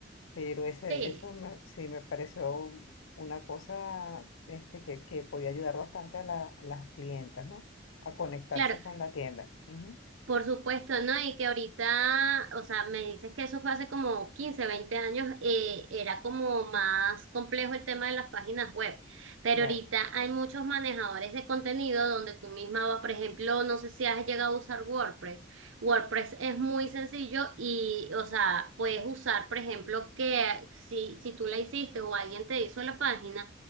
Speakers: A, on the left; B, on the right.
A: Pero ese,
B: Sí.
A: eso me- sí me pareció una cosa este, que, que podía ayudar bastante a, la- a las clientas, ¿no? A conectarse
B: Claro,
A: con la tienda. Ujú,
B: Por supuesto, ¿no? Y que ahorita, o sea, me dices que eso fue hace como 15 20 años, eh, era como más complejo el tema de las páginas web, pero
A: Claro,
B: ahorita hay muchos manejadores de contenido donde tú misma vas, por ejemplo, no sé si has llegado a usar WordPress. WordPress es muy sencillo y, o sea, puedes usar, por ejemplo, que si, si tú la hiciste o alguien te hizo la página,